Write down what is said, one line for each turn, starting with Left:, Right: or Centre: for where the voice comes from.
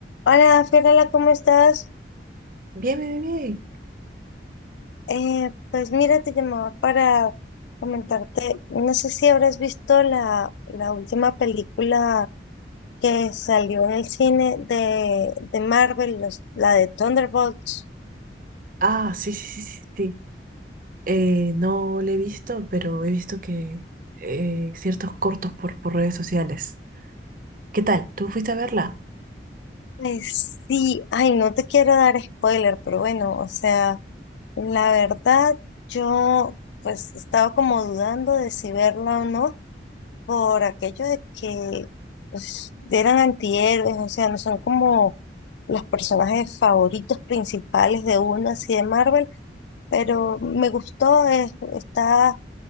Left: Hola, Fiorella, ¿cómo estás?
Right: Bien, bien, bien. bien.
Left: Eh, pues mira, te llamaba para comentarte, no sé si habrás visto la, la última película que salió en el cine de, de Marvel, los- la de Thunderbolts.
Right: Ah, sí, sí, sí, sí, sí. Eh, no le he visto, pero he visto que eh, ciertos cortos por, por redes sociales. ¿Qué tal? ¿Tú fuiste a verla?
Left: Pues sí, ay, no te quiero dar spoiler, pero bueno, o sea, la verdad, yo pues estaba como dudando de si verla o no por aquello de que pues, eran antihéroes, o sea, no son como los personajes favoritos principales de una así de Marvel, pero me gustó, es- está,